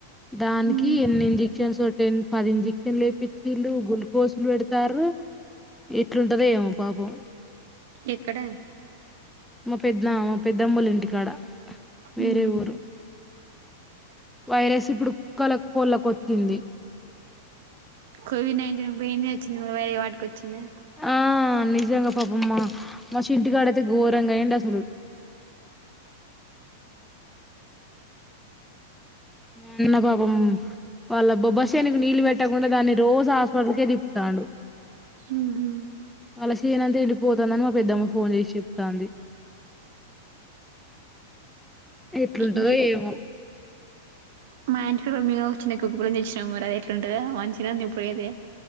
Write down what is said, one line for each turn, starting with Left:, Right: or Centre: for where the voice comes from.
Centre: దానికి
Right: ఉమ్
Centre: ఎన్ని ఇంజెక్ షన్స్ పది ఇంజెక్షన్ లెప్పించిల్లు గుల్కోసులు పెడ్ తారు ఎట్లుంటదో ఏమో పాపం
Right: ఇక్కడే
Centre: మా పెద్దనా మా పెద్దమ్మోళ్ళ ఇంటికాడ వేరే
Right: ఉహు
Centre: ఊరు వైరస్ ఇప్పుడు కుక్కల కోళ్ళకు వచ్చింది
Right: కోవిడ్ నైన్టీన్కిబింది వచ్చింది వేరే వాటికి వచ్చిందా
Centre: ఆ నిజంగా పాపమ్మా మా చింతుగడైతే గోరంగైడశాలు మా అన్న పాపం వాళ్ళ బొ బసనికి నీళ్ళు పెట్టకుండా దాన్ని రోజు హాస్పిటల్కే తిప్పుతాడు
Right: ఉహు
Centre: వాళ్ళ శేనంత ఎండి పోతందాని మా పెద్దమ్మ ఫోన్ చేసి చెప్తాంది ఎట్లుంటందో
Right: మిష
Centre: ఏమో
Right: మా ఇంటికాడా మేము ఒక చిన్న కుక్క పిల్ల తెచ్చినము మరి అది ఎట్లు ఉంటాదో మంచిదాన్ ఇప్పుడు ఏది